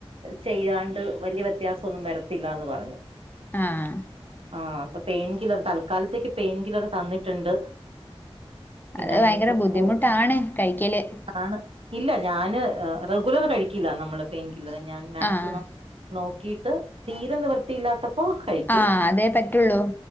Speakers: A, on the right; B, on the left.
A: ചെയ്യാണ്ട് വലിയ വ്യത്യാസമൊന്നും വരത്തില്ലന്ന് പറഞ്ഞു
B: ആഹ
A: ആ അപ്പൊ പെയിൻ കില്ലർ തൽക്കാലത്തേക്ക് പെയിൻ കില്ലർ തന്നിട്ടുണ്ട് പിന്നെ
B: അത്
A: അങ്ങനെയൊക്കെ
B: ഭയങ്കര ബുദ്ധിമുട്ടാണ്
A: പോ
B: കഴിക്കല്
A: ആണ് ഇല്ല ഞാന് റെഗുലർ കഴിക്കില്ല നമ്മള് പെയിൻ കില്ലർ ഞാൻ മാക്സി
B: ആഹ്
A: നോക്കിയിട്ട് തീരെ നിവൃത്തിയില്ലാത്തപ്പോ യിക്കും
B: ആഹ് അതേ പറ്റുള്ളൂ